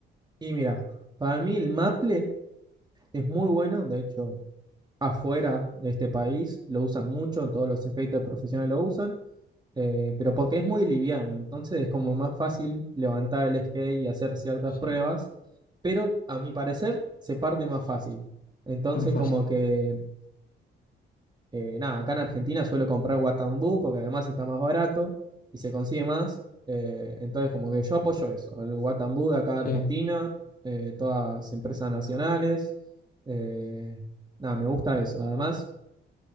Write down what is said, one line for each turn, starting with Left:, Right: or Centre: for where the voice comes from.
Right: Y mira, para mí el maple es muy bueno, de hecho, afuera de este país lo usan mucho, todos los skaters profesionales lo usan, eh, pero porque es muy liviano, entonces es como más fácil levantar el skate y hacer ciertas
Left: Sí,
Right: pruebas, pero a mi parecer se parte más fácil. Entonces
Left: no es fácil.
Right: como que Eh, nada, acá en Argentina suelo comprar Guatambú porque además está más barato y se consigue más. Eh, entonces, como que yo apoyo eso, el Guatambú de acá de Argentina,
Left: Sí,
Right: eh, todas empresas nacionales. eh, nada, me gusta eso. Además,